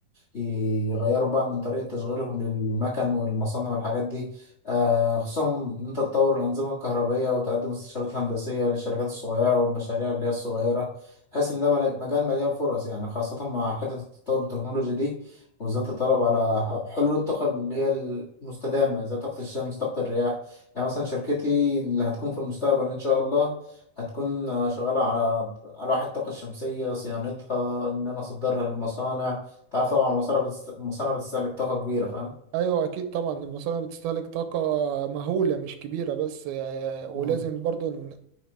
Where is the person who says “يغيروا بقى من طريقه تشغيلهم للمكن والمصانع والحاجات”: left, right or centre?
Left